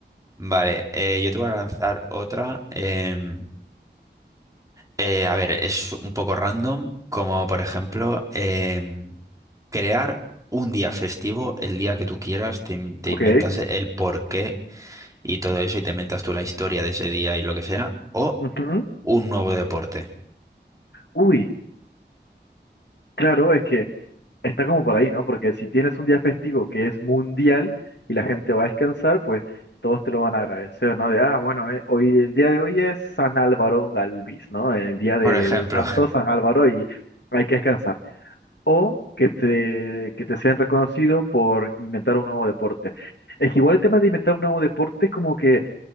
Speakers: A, on the right; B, on the left.
A: Vale, eh, yo te voy a lanzar otra. em, eh, a ver, es un poco random, como por ejemplo, em, crear un día festivo, el día que tú quieras, te, in- te
B: Ok.
A: inventas el porqué y todo eso y te inventas tú la historia de ese día y lo que sea, o
B: Ujú.
A: un nuevo deporte.
B: Uy. Claro, es que está como por ahí, ¿no? Porque si tienes un día festivo que es mundial y la gente va a descansar, pues todos te lo van a agradecer, ¿no? De, ah, bueno, eh, hoy, el día de hoy es San Álvaro Galvis, ¿no? El día de-
A: Por ejemplo,
B: de- del santo
A: <laughs>
B: San Álvaro y hay que descansar. O que te, que te sean reconocidos por inventar un nuevo deporte. Es que igual el tema de inventar un nuevo deporte es como que